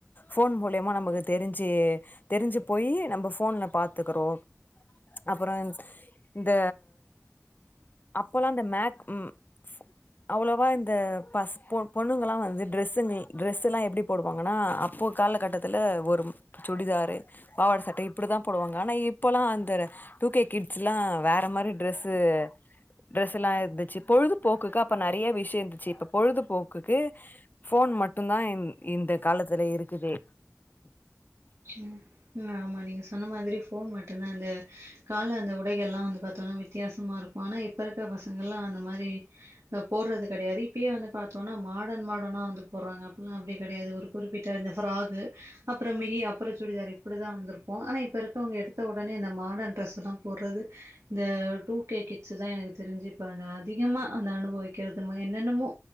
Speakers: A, on the left (about 35°); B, on the right (about 70°).
A: போன் மூலியமா நமக்கு தெரிஞ்சு தெரிஞ்சு போய் நம்ம போன்ல பாத்துக்கறோ அப்பறம் இந்த அப்போல்லாம் அந்த மேக் ம் ஸ் அவ்ளோவா இந்த பஸ் பொண்ணுங்க எல்லாம் வந்து டிரெஸ்ங்க டிரெஸ் எல்லாம் எப்டி போடுவாங்கன்னா அப்போ காலகட்டத்துல ஒரு சுடிதாரு பாவாட சட்ட இப்டிதான் போடுவாங்க ஆனா இப்பல்லாம் அந்த டூ கே கிட்ஸ்லாம் வேற மாறி ட்ரெஸ்ஸு ட்ரெஸ் எல்லாம் இருந்துச்சு பொழுதுபோக்குக்கு அப்ப நெறைய விஷயம் இருந்துச்சு இப்ப பொழுதுபோக்குக்கு ஃபோன் மட்டும் தான் இந்த காலத்துல இருக்குதே
B: ம் ம் ஆமா நீங்க சொன்ன மாதிரி ஃபோன் மட்டும்தான் அந்த கால அந்த உடைகள் எல்லாம் வந்து பாத்தோம்னா வித்தியாசமா இருக்கும் ஆனா இப்ப இப்ப இருக்க பசங்கலாம் அந்த மாறி அ போறது கெடையாது இப்பயே வந்து பாத்தோம்னா மாடர்ன் மாடர்னா வந்து போடுறாங்க அப்பெல்லாம் அப்டி கெடையாது ஒரு குறிப்பிட்ட அந்த ஃப்ராக் அப்பறம் மிடி அப்பறம் சுடிதார் இப்டிதான் வந்திருப்போம் ஆனா இப்ப இருக்க அவங்க எடுத்த உடனே அந்த மாடர்ன் ட்ரெஸ் எல்லாம் போறது இந்த டூ கே கிட்ஸ் தான் எனக்கு தெரிஞ்சு இப்போ அதிகமா அந்த அனுபவிக்கிறதுமா என்னென்னமோ